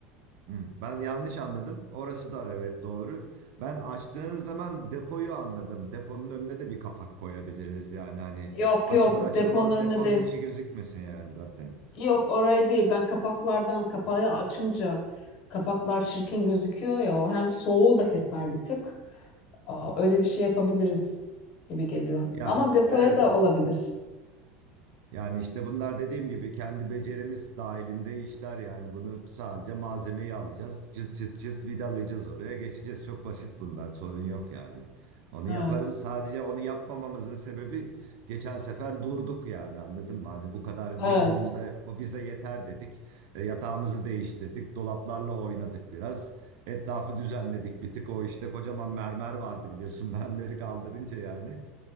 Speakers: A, on the right (about 65°); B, on the left (about 50°).
A: Hmm, Ben yanlış anladım. Orası da evet doğru. Ben açtığınız zaman depoyu anladım. Deponun önüne de bir kapak koyabiliriz yani hani
B: Yok
A: açılır
B: yok
A: açılmaz
B: deponun önüne
A: deponun
B: değil.
A: içi gözükmesin yani zaten.
B: Yok orayı değil. Ben kapaklardan kapağı açınca kapaklar çirkin gözüküyor ya o hem soğuğu da keser bir tık. Aa, öyle bir şey yapabiliriz gibi geliyor.
A: Yani
B: Ama depoya
A: evet
B: da olabilir.
A: Yani işte bunlar dediğim gibi kendi becerimiz dahilinde işler yani bunu sadece malzemeyi alacağız. Cıt cıt cıt vidalayacağız oraya geçeceğiz. Çok basit bunlar sorun yok yani. Onu
B: Evet.
A: yaparız sadece onu yapmamamızın sebebi geçen sefer durduk yani anladın mı? Hani bu kadar minimumda
B: Evet.
A: bu bize yeter dedik. E, yatağımızı değiştirdik dolaplarla oynadık biraz. Etrafı düzenledik bir tık o işte kocaman mermer vardı biliyorsun <laughs> mermeri kaldırınca yani.